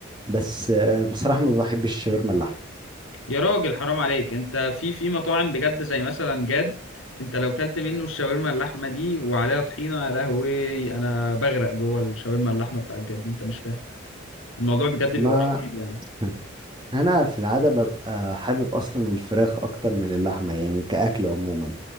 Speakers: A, on the right (about 20°); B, on the left (about 80°).
A: بس آه، بصراحه ما بحبش الشاورما اللحمه
B: يا راجل حرام عليك انت في في مطاعم بجد زي مثلا جاد انت لو كلت منه الشاورما اللحمه دي وعليها طحينه يا لهوي انا بغرق جوه الشاورما اللحمه بتاعت جد دي انت مش فاهم الموضوع بجد
A: ما
B: بيبقى رهيب يعني
A: <laughs> انا في العاده ببقى حابب اصلا الفراخ اكتر من اللحمه يعني كاكل عموما